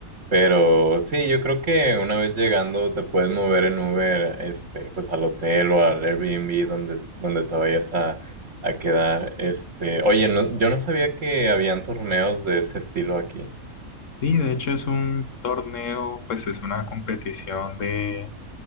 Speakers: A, on the right; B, on the left.
A: Pero sí, yo creo que una vez llegando te puedes mover en Uber, este, pues al hotel o al Airbnb donde, donde te vayas a, a quedar. Este, oye, no- yo no sabía que habían torneos de ese estilo aquí.
B: Sí, de hecho es un torneo, pues es una competición de,